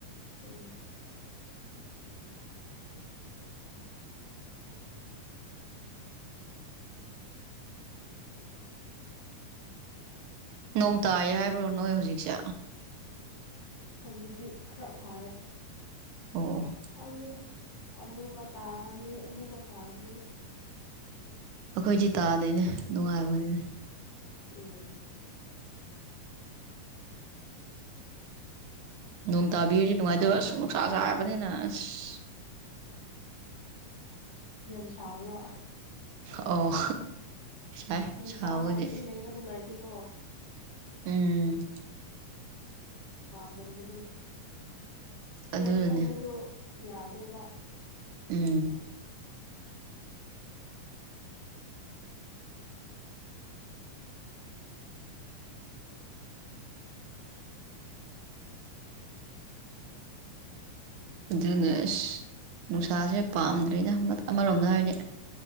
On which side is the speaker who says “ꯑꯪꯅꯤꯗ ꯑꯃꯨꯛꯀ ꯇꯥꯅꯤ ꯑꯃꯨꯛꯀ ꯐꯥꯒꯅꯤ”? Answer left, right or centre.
Left